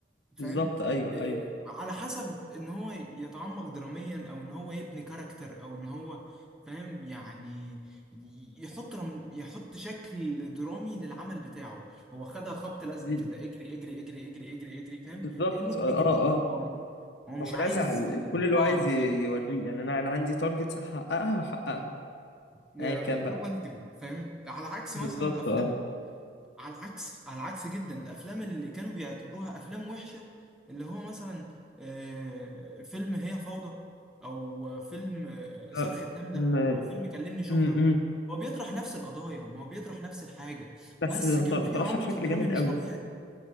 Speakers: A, in the centre; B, on the left.
A: فاهم
B: بالظبط ايوه
A: إيه،
B: ايوه
A: على حسب ان هو يتعمق دراميا او ان هو يبني كاركتر او ان هو فاهم يعني يحط رم... يحط شكل درامي للعمل بتاعه هو خدها خبط لزق
B: دي
A: كده اجري اجري اجري اجري اجري اجري فاهم
B: بالظبط
A: كأنه بيجري
B: اه اه آه.
A: هو هو مش
B: هو
A: عايز
B: رزع ال- ال- كل اللي
A: اه
B: هو عايز
A: بالظبط
B: ي- يوريه يعني انا انا عندي تارجتس هحققها هحققها
A: يا-
B: ايا كان
A: يلا
B: بقى
A: نجري فاهم على عكس
B: بالظبط
A: مثلا الافلام
B: اه
A: على العكس على العكس جدا الافلام اللي كانوا بيعتبروها افلام وحشه اللي هو مثلا آه، فيلم هي فوضى او فيلم آه، صرخة
B: آه،
A: نملة
B: م...
A: او فيلم كلمني شكرا
B: م... م.
A: هو بيطرح نفس القضايا ما هو بيطرح نفس الحاجه
B: بس
A: بس كان
B: طر-
A: في
B: طرحها
A: عمق
B: بشكل
A: درامي
B: جامد
A: مش
B: قوي
A: طبيعي